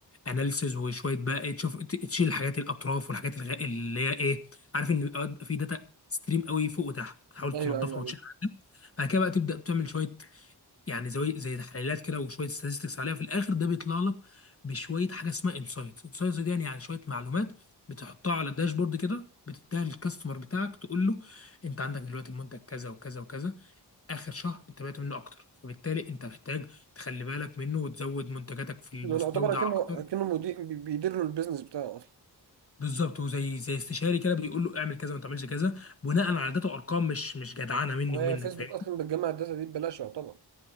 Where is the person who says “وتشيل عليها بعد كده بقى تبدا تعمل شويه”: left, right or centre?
Left